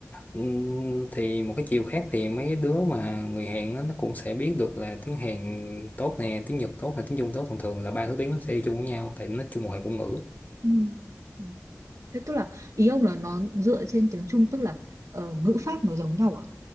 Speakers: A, on the left; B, on the right.
A: Ừm, thì một cái chiều khác thì mấy đứa mà người Hàn á, nó cũng sẽ biết được là tiếng Hàn tốt nè tiếng Nhật tốt nè tiếng Trung tốt thường thường là ba thứ tiếng nó sẽ đi chung với nhau tại nó chung một hệ ngôn ngữ
B: Ừ. ừ. Thế tức là ý ông là nó dựa trên tiếng Trung tức là ờ, ngữ pháp nó giống nhau à?